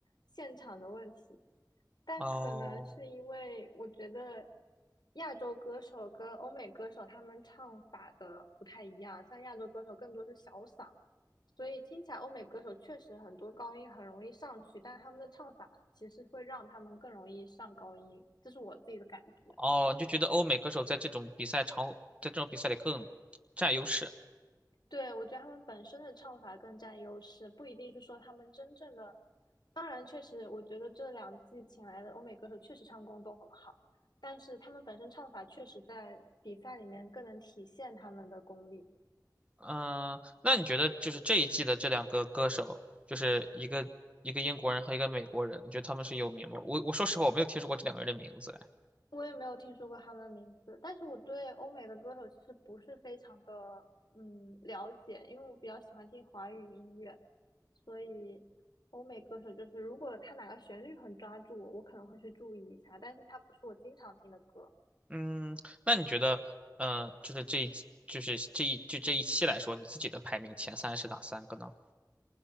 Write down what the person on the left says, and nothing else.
现场的问题，但可能是因为我觉得
亚洲歌手跟欧美歌手他们唱法的不太一样，像亚洲歌手更多是小嗓，所以听起来欧美歌手确实很多高音很容易上去，但他们的唱法其实会让他们更容易上高音，这是我自己的感觉。
对，我觉得他们本身的唱法更占优势，不一定是说他们真正的。当然，确实，我觉得这两季请来的欧美歌手确实唱功都很好，但是他们本身唱法确实在比赛里面更能体现他们的功力。
我也没有听说过他们的名字，但是我对欧美的歌手其实不是非常的嗯了解，因为我比较喜欢听华语音乐，所以欧美歌手就是如果他哪个旋律很抓住我，我可能会去注意一下，但是他不是我经常听的歌。